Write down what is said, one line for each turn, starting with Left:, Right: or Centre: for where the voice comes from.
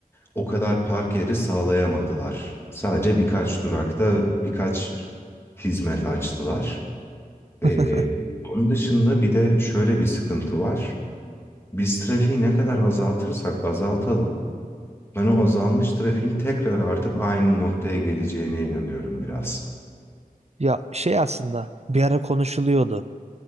Left: o kadar park yeri sağlayamadılar. Sadece birkaç durakta birkaç hizmet açtılar. Ee,
Right: <laughs>
Left: onun dışında bir de şöyle bir sıkıntı var. Biz trafiği ne kadar azaltırsak azaltalım, ben o azalmış trafiğin tekrar artıp aynı noktaya geleceğine inanıyorum biraz.
Right: Ya şey aslında bir ara konuşuluyordu.